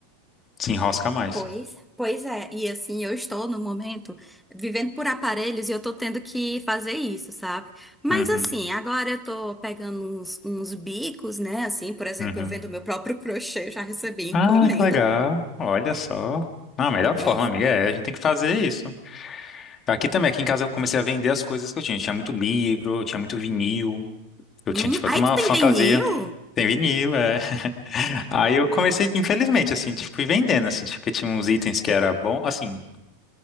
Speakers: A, on the left; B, in the centre.
A: se enrosca mais.
B: Pois, pois é, e assim, eu estou no momento vivendo por aparelhos e eu tô tendo que fazer isso, sabe? Mas
A: Uhum,
B: assim, agora eu tô pegando uns, uns bicos, né? Assim, por exemplo,
A: uhum.
B: eu vendo meu próprio <laughs> crochê, eu já recebi
A: Ah,
B: encomenda.
A: que legal. Olha só. Ah, a melhor
B: É.
A: forma, amiga, é a gente tem que fazer isso. Aqui também, aqui em casa eu comecei a vender as coisas que eu tinha. Eu tinha muito livro, eu tinha muito vinil. Eu tinha,
B: Hum,
A: tipo, até
B: aí
A: uma
B: tu tem
A: fantasia.
B: vinil?
A: Tem vinil, é. <laughs> Aí eu comecei, infelizmente, assim, tipo, fui vendendo, assim, tipo, porque tinha uns itens que era bom, assim.